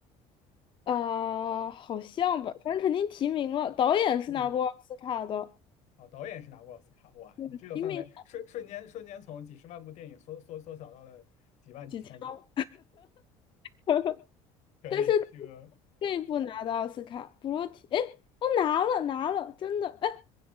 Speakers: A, on the left; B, on the left.
A: 啊、好像吧，反正肯定提名了。导演是拿过奥斯卡的，
B: 提名，哦，导演是拿过奥斯卡，哇，
A: 嗯，
B: 你这个范围瞬瞬间瞬间从几十万部电影缩缩缩小到了几万几千部，
A: 提名几枪，<laughs>
B: 可以，
A: 但是
B: 这个，
A: 这一部拿的奥斯卡，
B: 啊
A: 不过提，哎，哦，拿了拿了，真的，哎，